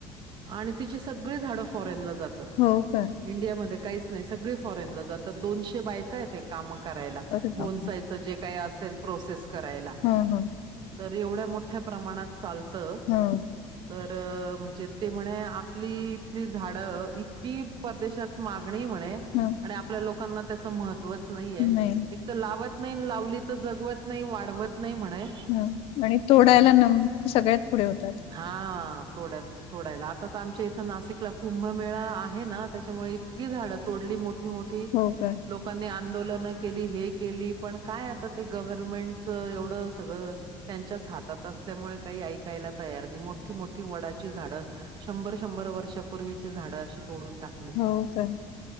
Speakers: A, on the right; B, on the left.
A: आणि तिची सगळी झाडं फॉरेनला जातात.
B: हो का.
A: इंडियामध्ये काहीच नाही सगळी फॉरेनला जातात, दोनशे बायका आहेत काम करायला
B: अरे
A: बोनसायचं
B: बाप
A: जे काही असेल प्रोसेस करायला.
B: हा हा.
A: तरी एवढ्या मोठ्या प्रमाणात चालतं
B: हा
A: तर म्हणजे ते म्हणे आपली इथली झाडं इतकी परदेशात मागणी आहे म्हणे
B: हम्म.
A: आणि आपल्या लोकांना त्याच महत्वच नाहीये
B: नाही
A: हे तर लावत नाही लावली तर जगवत नाही वाढवत नाही म्हने
B: ह आणि तोडायला ना सगळ्यात पुढे होतात.
A: हा तोडत तोडायला आता तर आमच्या इथं नाशिकला कुंभमेळा आहे ना त्याच्यामुळे इतकी झाड तोडली मोठी मोठी लोक
B: हो का
A: लोकांनी आंदोलनं केली हे केली, पण काय आता ते गव्हरर्मेंटच एवढं सगळं त्यांच्याच हातात असल्यामुळे काही ऐकायला तयार नाही मोठी मोठी वडाची झाडं शंभर शंभर वर्षापूर्वीची झाडं अशी तोडून टाकली.
B: हो काय?